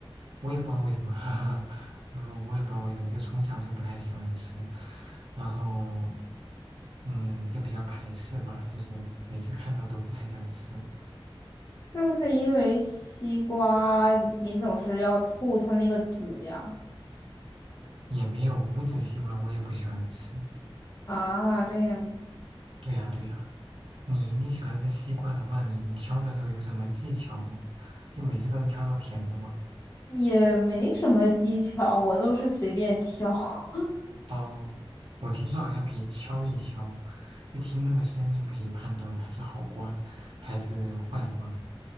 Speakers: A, on the right; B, on the left.
A: 我也不知道为什么，<laughs> 嗯，我也不知道为什么，就从小就不太喜欢吃。然后嗯，就比较排斥吧，就是每次看到都不太想吃，
B: 是不是因为西瓜你总是要吐它那个籽呀？
A: 也没有无籽西瓜，我也不喜欢吃。
B: 啊，这样
A: 对呀，对呀，你你喜欢吃西瓜的话，你你挑的时候有什么技巧吗？就每次都能挑到甜的吗？
B: 也没什么技巧，我都是随便挑。<laughs>
A: 哦，我听说好像可以敲一敲，就听那个声音可以判断它是好瓜还是坏瓜。